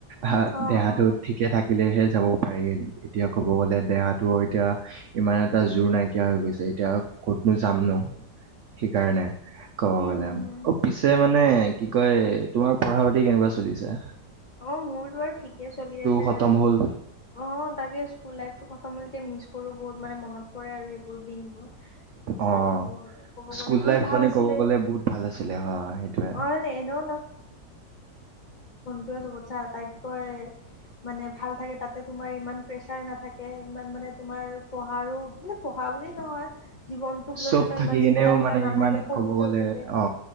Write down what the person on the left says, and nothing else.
অ',
অ',
উম,
হম, হম।
অ মোৰতো আৰু ঠিকে চলি আছে
অ তাকে স্কুল লাইফ খতম হল মিচ কৰো বহুত মানে মনত পৰে আৰু এইবোৰ দিনবোৰ
আৰু ক'ব
গ'লে বহুত
ভাল
আছিলে।
অ', এনেও সেইটো টো কথা তাইত কয় মানে ভাল থাকে তাত তাতে তোমাৰ ইমান প্ৰেচাৰ নাথাকে ইমান মানে তোমাৰ পঢ়াৰো মানে পঢ়া বুলি নহয়। জীৱনটোক লৈ
কেনে
ইমান
চিন্তা চিন্তা
নাথাকে
সৰুতেও
থাকে